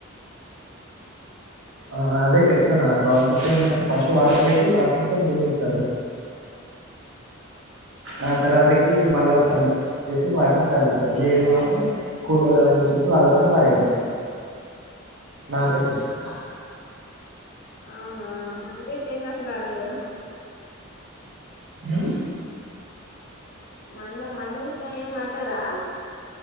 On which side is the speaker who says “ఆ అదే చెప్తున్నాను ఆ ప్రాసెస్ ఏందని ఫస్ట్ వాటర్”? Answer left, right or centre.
Right